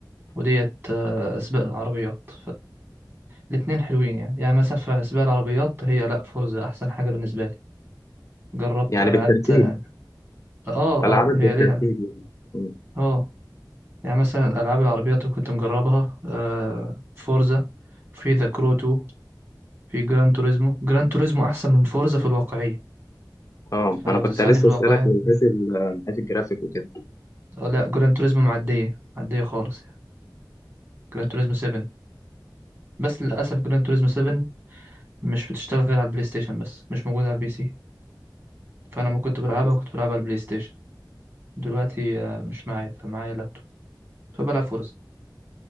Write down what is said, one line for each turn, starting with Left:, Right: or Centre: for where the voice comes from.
Right: وديت آه، سباق العربيات فالاتنين حلوين يعني يعني مثلا في سباق العربيات هي لا فورزا احسن حاجة بالنسبة لي جربت
Left: يعني
Right: العاب
Left: بالترتيب
Right: تا- اه
Left: العابك
Right: اه
Left: بالترتيب
Right: هي ليها
Left: يعني مم.
Right: اه يعني مثلا الألعاب العربيات اللي كنت مجربها آه فورزا في ذا كرو 2 في جران توريزمو جران توريزمو أحسن من فورزا في الواقعية
Left: اه
Right: فلو
Left: ما انا كنت
Right: تسألني
Left: لسه
Right: في الواقعية
Left: اسالك من حيث ال- من حيث الجرافيك وكده
Right: آه، لا جران توريزمو معدية معدية خالص يعني جران توريزمو 7 بس للأسف جران توريزمو 7 مش بتشتغل غير على البلاي ستيشن بس مش موجودة على البي سي فأنا ما كنت بلعبها
Left: مم.
Right: كنت بلعبها على البلاي ستيشن دلوقتي آه، مش معايا فمعايا لابتوب فبلعب فورزا